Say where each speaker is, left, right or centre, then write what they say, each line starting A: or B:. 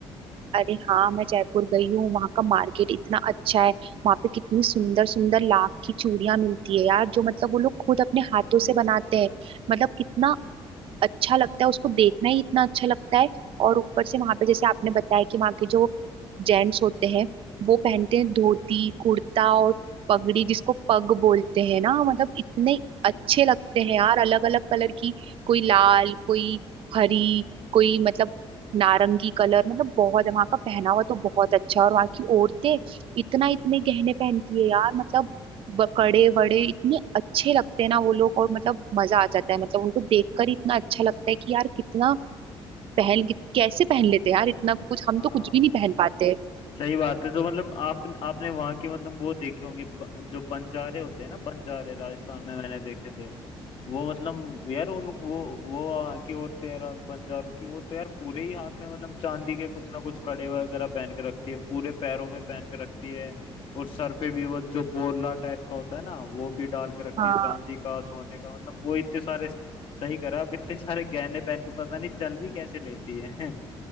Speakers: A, on the right; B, on the left.
A: अरे हाँ मैं जयपुर गई हूँ वहाँ का मार्केट इतना अच्छा है वहाँ पे कितनी सुंदर सुंदर लाख की चूड़ियां मिलती है यार जो मतलब वो लोग खुद अपने हाथों से बनाते हैं मतलब कितना अच्छा लगता है उसको देखना ही इतना अच्छा लगता है और ऊपर से वहां पे जैसे आपने बताया कि वहां के जो जेंट्स होते हैं वो पहनते हैं धोती कुर्ता और पगड़ी जिसको पग बोलते हैं ना मतलब इतने अच्छे
B: हाँ
A: लगते हैं यार अलग अलग कलर की कोई लाल कोई हरी कोई मतलब नारंगी कलर मतलब बहुत वहां का पहनावा तो बहुत अच्छा है और वहां की औरतें इतना इतने गहने पहनती है यार मतलब ब- कड़े वड़े इतने अच्छे लगते हैं ना वो लोग और मतलब मजा आ जाता है मतलब उनको देखकर ही इतना अच्छा लगता है कि यार कितना पहन कि- कैसे पहन लेते हैं यार इतना कुछ हम
B: हाँ
A: तो कुछ भी नहीं पहन पाते
B: सही बात है जो मतलब आप आपने वहां के मतलब वो देखे होंगे ब, जो बंजारे होते हैं ना बंजारे राजस्थान में मैंने देखे थे वो मतलब यार उन वो वो वहाँ की औरतें यार बंजारों की वो तो यार पूरे ही हाथ में मतलब चांदी के कुछ ना कुछ कड़े वगैरह पहन के रखती है पूरे पैरों में पहन के रखती है और सर पे भी वो जो बोरला टाइप का होता है ना वो भी डाल के रखती
A: हाँ
B: है चांदी का सोने का मतलब वो इतने सारे सही करा आप इतने सारे गहने पहन के पता नहीं चल भी कैसे लेती है